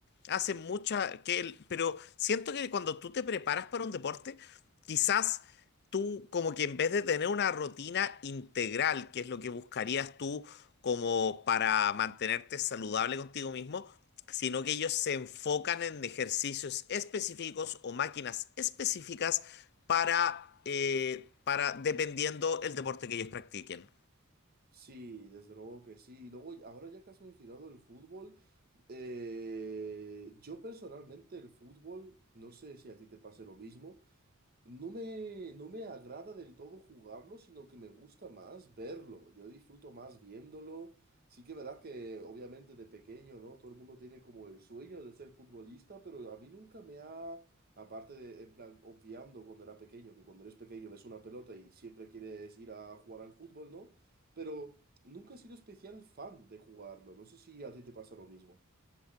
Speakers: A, on the left; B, on the right.
A: hace mucha. Que el- pero siento que cuando tú te preparas para un deporte, quizás tú, como que en vez de tener una rutina integral, que es lo que buscarías tú como para mantenerte saludable contigo mismo, sino que ellos se enfocan en ejercicios específicos o máquinas específicas para, eh, para dependiendo el deporte que ellos practiquen.
B: Sí, desde luego que sí. Y luego, ahora ya que has mencionado el fútbol, Eh, yo personalmente el fútbol, no sé si a ti te pase lo mismo, no me, no me agrada del todo jugarlo, sino que me gusta más verlo. Yo disfruto más viéndolo. Sí que es verdad que obviamente de pequeño, ¿no? Todo el mundo tiene como el sueño de ser futbolista, pero a mí nunca me ha, aparte de, en plan, obviando cuando era pequeño, que cuando eres pequeño ves una pelota y siempre quieres ir a jugar al fútbol, ¿no? Pero nunca he sido especial fan de jugarlo. No sé si a ti te pasa lo mismo.